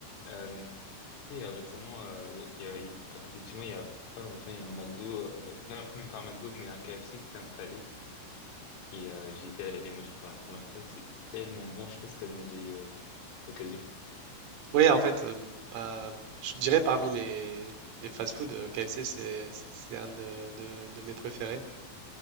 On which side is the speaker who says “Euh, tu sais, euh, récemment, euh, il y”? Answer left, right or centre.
Left